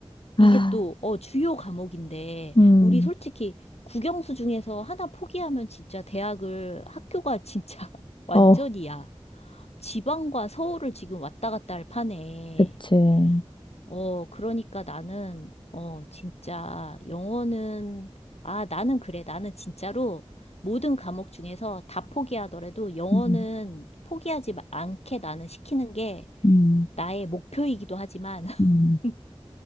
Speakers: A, on the left; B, on the left.
A: 아,
B: 이게 또, 어, 주요 과목인데,
A: 음.
B: 우리 솔직히 국영수 중에서 하나 포기하면 진짜 대학을, 학교가 진짜 <laughs> 완전이야.
A: 어,
B: 지방과 서울을 지금 왔다 갔다 할 판에,
A: 그치. 음,
B: 어, 그러니까 나는, 어, 진짜 영어는, 아, 나는 그래. 나는 진짜로 모든 과목 중에서 다 포기하더라도 영어는
A: 음,
B: 포기하지 마- 않게 나는 시키는 게
A: 음.
B: 나의 목표이기도 하지만,
A: 음.
B: <laughs>